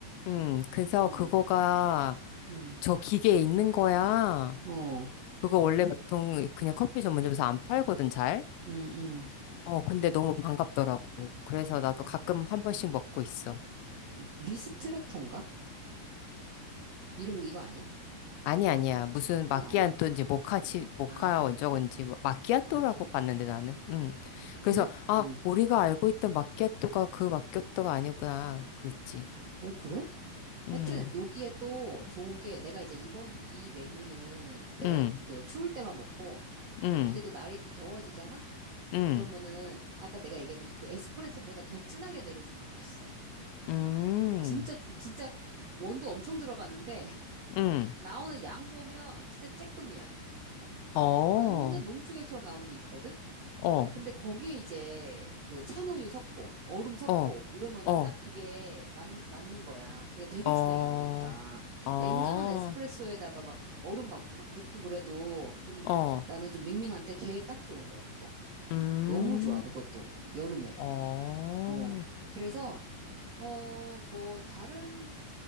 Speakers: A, on the left; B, on the right.
A: 음, 그래서
B: 어,
A: 그거가
B: 응,
A: 저 기계에 있는 거야.
B: 어,
A: 그거 원래 보통 그냥 커피 전문점에서 안 팔거든, 잘.
B: 응, 응.
A: 어, 근데 너무 반갑더라고. 그래서 나도 가끔 한 번씩 먹고 있어.
B: 리스트레토인가? 이름 이거 아니야?
A: 아니, 아니야. 무슨
B: 그거
A: 마끼아또인지
B: 아니야?
A: 모카치, 모카
B: 아,
A: 원적인지 마끼아또라고
B: 아, 아,
A: 봤는데 나는. 음.
B: 어,
A: 그래서,
B: 그래?
A: 아,
B: 응.
A: 우리가 알고 있던 마끼아또가 그 마끼아또가 아니구나. 그랬지.
B: 어, 그래?
A: 음,
B: 하여튼, 여기에 또 좋은 게 내가 이제 이건, 이 메뉴는 내가
A: 음,
B: 그 추울 때만 먹고,
A: 음,
B: 이제 또 날이 또 더워지잖아?
A: 음,
B: 그러면은 아까 내가 얘기한 것처럼 그 에스프레소보다 더 진하게 내려주는 게 있어.
A: 음,
B: 진짜 진짜 원두 엄청 들어가는데 <laughs>
A: 음.
B: 나오는 양 보면 진짜 쬐끔이야.
A: 어,
B: 완전 농축액처럼 나오는 게 있거든.
A: 어.
B: 근데 거기에 이제 그 찬우유 섞고 얼음 섞고
A: 어,
B: 이러면은
A: 어,
B: 딱 그게 맞, 맞는 거야. 걔가 되게
A: 어,
B: 진하게 나오니까.
A: 어,
B: 엔간한 에스프레소에다가 막 얼음 막, 막 넣고 그래도 좀
A: 어,
B: 나는 좀 밍밍한데 걔 딱 좋은 거야, 그거.
A: 음,
B: 너무 좋아, 그것도. 여름에.
A: 어,
B: 어. 그래서 어, 뭐, 다른,